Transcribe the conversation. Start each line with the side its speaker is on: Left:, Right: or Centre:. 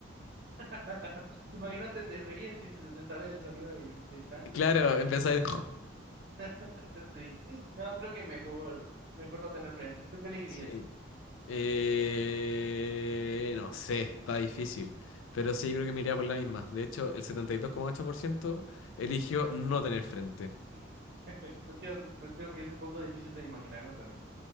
Right: <laughs> Imagínate, te ríes y se te sale el sonido de, de chancho.
Left: Claro, empezar. <laughs>
Right: <laughs> Sí. No, creo que mejor, mejor no tener frente. ¿Tú qué elegirías?
Left: Sí. Eh, no sé, está difícil. Pero sí, creo que me iría por la misma. De hecho, el setenta y dos coma ocho por ciento eligió no tener frente.
Right: <laughs> creo que pues, creo que es un poco difícil de imaginarlo también.